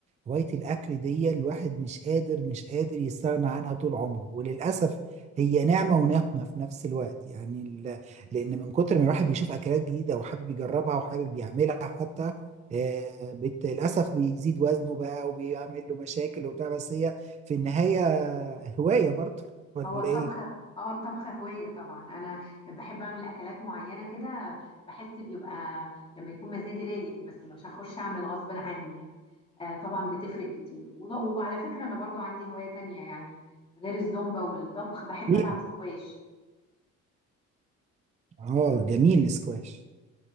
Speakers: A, on the right (about 25°); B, on the left (about 20°).
A: هوايه الاكل دي الواحد مش قادر مش قادر يستغنى عنها طول عمره وللاسف هي نعمه ونقمه في نفس الوقت يعني ال- لان من كتر ما الواحد بيشوف اكلات جديده وحابب يجربها وحابب يعملها حتى آه، بت- للاسف بيزيد وزنه بقى وبيعمل له مشاكل وبتاع بس هي في النهايه هوايه برضه ولا
B: هو الطبخ
A: ايه
B: اه الطبخ هواية طبعا انا بحب اعمل اكلات معينة كده بحس بيبقى لما يكون مزاجي رايق بس مش هخش اعمل غصب عني يعني آه طبعا بتفرق كتير وض- وعلى فكرة انا برضو عندي هواية تانية يعني غير الزومبا والطبخ بحب
A: جميل
B: العب سكواش
A: اه جميل الاسكواش